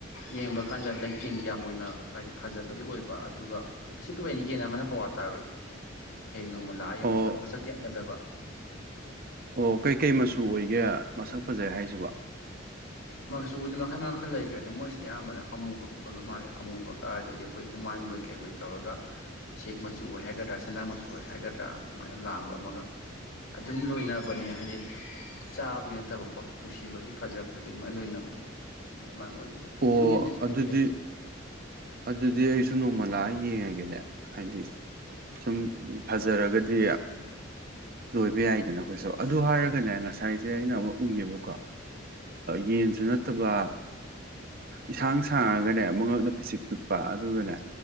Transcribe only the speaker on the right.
ꯑꯣ
ꯑꯣ ꯀꯩꯀꯩ ꯃꯆꯨ ꯑꯣꯏꯒꯦ ꯃꯁꯛ ꯐꯖꯩ ꯍꯥꯏꯁꯤꯕ
ꯑꯣ
ꯑꯗꯨꯗꯤ ꯑꯗꯨꯗꯤ ꯑꯩꯁꯨ ꯅꯣꯡꯃꯂꯥ ꯌꯦꯡꯉꯒꯦꯅꯦ ꯍꯥꯏꯗꯤ ꯁꯨꯝ ꯐꯖꯔꯒꯗꯤ ꯂꯣꯏꯕ ꯌꯥꯏꯗꯅ ꯑꯩꯈꯣꯏꯁꯨ ꯑꯗꯨ ꯍꯥꯏꯔꯒꯅꯦ ꯉꯁꯥꯏꯁꯦ ꯑꯩꯅ ꯑꯃꯨꯛ ꯎꯏꯌꯦꯕꯀꯣ ꯌꯦꯟꯁꯨ ꯅꯠꯇꯕ ꯏꯁꯁꯥꯡ ꯁꯥꯡꯉꯒꯅꯦ ꯃꯉꯛꯅ ꯄꯤꯁꯤꯛ ꯏꯄꯥ ꯑꯗꯨꯒꯅꯦ